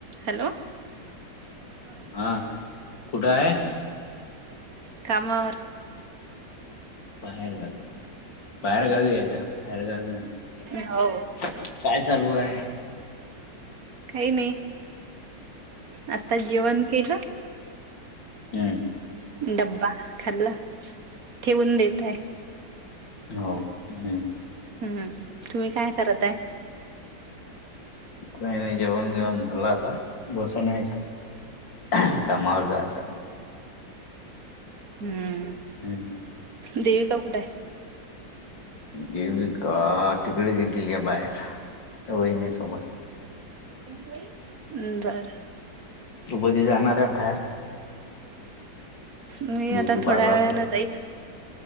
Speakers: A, on the right; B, on the left.
A: Hello! <unintelligible>
B: हा कुठं आहे
A: कामावर
B: बाहेर गावी बाहेर गावी आहे का बाहेर गावी ना
A: हो
B: काय चालू आहे?
A: काही नाही. आता जेवण केलं
B: हम्म
A: डब्बा खाल्ला ठेवून देत आहे.
B: हो हम्म.
A: हम्म तुम्ही काय करत आहे?
B: काय नाय जेवण बिवण झाला आता. बसून आहेत कामावर जायचा.
A: हम्म.
B: हम्म.
A: देविका कुठे आहे?
B: देविका तिकडे गेलेली आहे बाहेर वहिणीसोबत.
A: हम्म बरं.
B: तू कधी जाणार आहे बाहेर?
A: मी
B: ब्युटी
A: आता
B: पार्लर
A: थोड्या वेळने जाईच